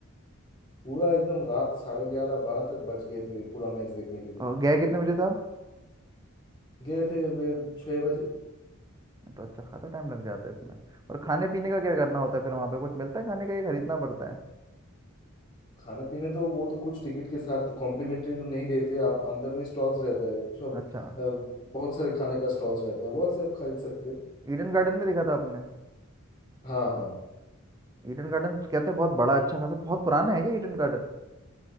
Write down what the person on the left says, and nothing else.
पूरा एकदम रात साढ़े ग्यारह बारह तक बज गए थे पूरा मैच देखने के लिए
गए थे वे छः बजे
खाने पीने तो वो तो कुछ टिकट के साथ कॉम्प्लीमेंट्री तो नहीं देते आप अंदर में स्टॉल्स रहता है सब
अ, बहुत सारे खाने का स्टॉल्स रहता है वो से आप खरीद सकते हैं।
हाँ हाँ